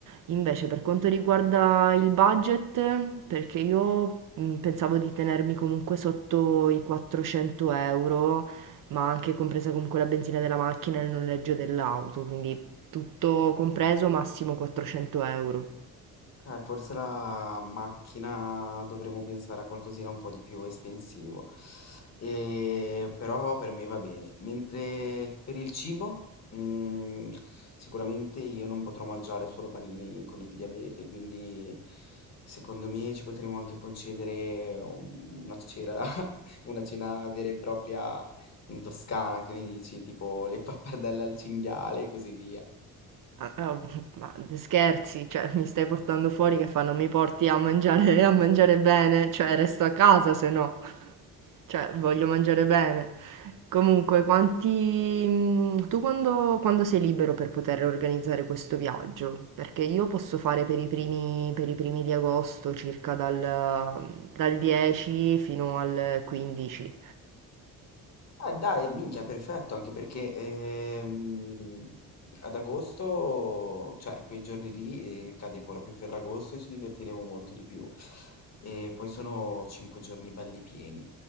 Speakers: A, on the right (about 60°); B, on the left (about 45°).
A: Invece per quanto riguarda il budget, perché io mm, pensavo di tenermi comunque sotto i 400 euro ma anche compresa comunque la benzina della macchina e il noleggio dell'auto, quindi tutto compreso massimo 400 euro.
B: Eh, forse la macchina dovremmo pensare a qualcosina un po' di più espensivo. E, però per me va bene. Mentre per il cibo, mm, sicuramente io non potrò mangiare solo panini con il diabete, quindi secondo me ci potremmo anche concedere un- una cena, <laughs> una cena vera e propria in Toscana, che ne dici? Tipo le pappardelle al cinghiale e così via.
A: Ah, ah, ma scherzi, cioè mi stai portando fuori che fanno mi porti a mangiare, a mangiare bene, cioè resto a casa se no, cioè voglio mangiare bene. Comunque, quanti... mm, tu quando, quando sei libero per poter organizzare questo viaggio? Perché io posso fare per i primi, per i primi di agosto, circa dal, dal 10 fino al 15.
B: Eh dai, minchia, perfetto, anche perché ehm, ad agosto, cioè quei giorni lì, eh, cade proprio Ferragosto e ci divertiremo molto di più. E poi sono cinque giorni belli pieni.